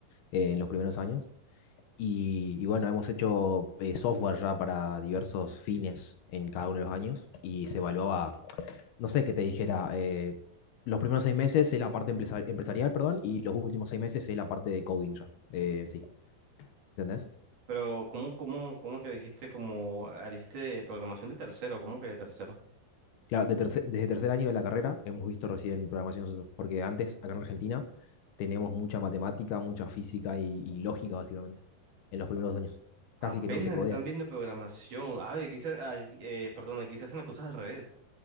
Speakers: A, on the left; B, on the right.
A: eh, en los primeros años. Y, y bueno, hemos hecho eh, software ya para diversos fines en cada uno de los años y se evaluaba, no sé qué te dijera, eh, los primeros seis meses es la parte empresa- empresarial, perdón, y los últimos seis meses es la parte de coding ya, eh, en sí, ¿entendés?
B: Pero, ¿cómo, cómo, cómo que dijiste como ah, dijiste programación de tercero? ¿Cómo que de tercero?
A: Claro, de terce- desde tercer año de la carrera hemos visto recién programación, nosotros, porque antes, acá en Argentina, tenemos mucha matemática, mucha física y, y lógica, básicamente, en los primeros años.
B: Apenas
A: Casi que no se codea.
B: están viendo programación. Ah, aquí se, ah, eh, perdón, aquí se hacen las cosas al revés.